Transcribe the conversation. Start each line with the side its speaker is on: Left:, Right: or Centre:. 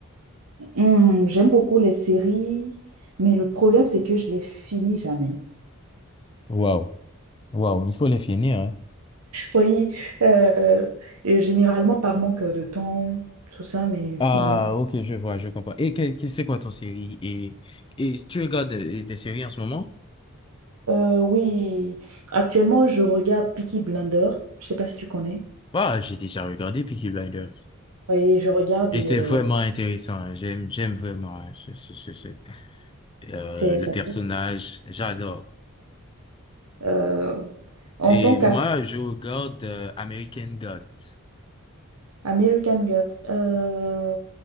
Right: Hmm, j'aime beaucoup les séries, mais le problème, c'est que je les finis jamais.
Left: Waouh, waouh, il faut les finir, hein.
Right: Oui, euh, et généralement par manque de temps, tout ça, mais
Left: Ah,
Right: sinon.
Left: ok, je vois, je comprends. Et que, que- c'est quoi ton série? Et, et tu regardes des, des séries en ce moment?
Right: Euh, oui, actuellement, je regarde Peaky Blinders, je sais pas si tu connais.
Left: Ah, j'ai déjà regardé Peaky Blinders.
Right: Oui, je regarde
Left: Et
Right: et
Left: c'est
Right: euh,
Left: vraiment intéressant. hein. J'aime, j'aime vraiment hein, ce, ce, ce, ce- euh,
Right: c'est
Left: le
Right: ça.
Left: personnage, j'adore.
Right: Euh, en
Left: Et
Right: tant qu'à
Left: moi, je regarde euh, American Gods.
Right: American God, euh,